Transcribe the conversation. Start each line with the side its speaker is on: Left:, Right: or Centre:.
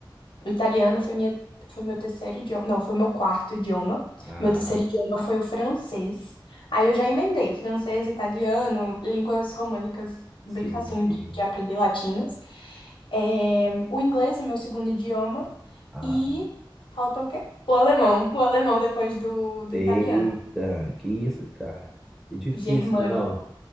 Left: O italiano foi minha, foi meu terceiro idioma. Não, foi meu quarto idioma.
Centre: ah,
Left: Meu terceiro idioma foi o francês. Aí eu já emendei francês, italiano, línguas românicas, bem
Centre: sim,
Left: facinho
Centre: sim.
Left: de, de aprender, latinas. É, o inglês, o meu segundo idioma.
Centre: Ah,
Left: E falta o quê? O alemão. O alemão depois do, do
Centre: eita,
Left: italiano.
Centre: que isso, cara? É difícil,
Left: Germânico.
Centre: né, não?